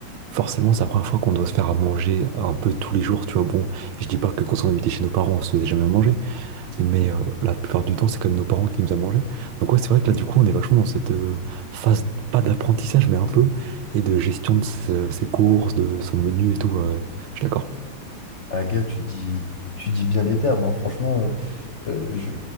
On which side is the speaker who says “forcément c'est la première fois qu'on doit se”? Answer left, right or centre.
Right